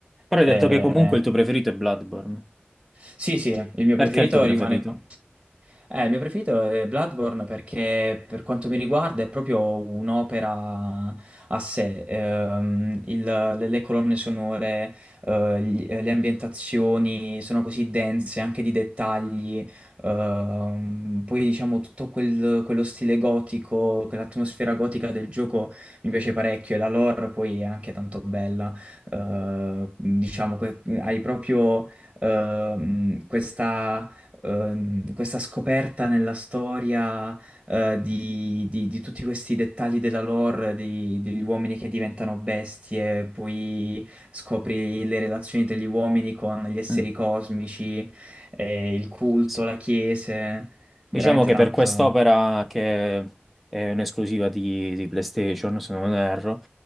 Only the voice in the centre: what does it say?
Però
hai detto che comunque il tuo preferito è Bloodborne.
Perché
è il tuo preferito?
Mm,
sì.
Diciamo che
per quest'opera, che è un'esclusiva di, di PlayStation, se non erro,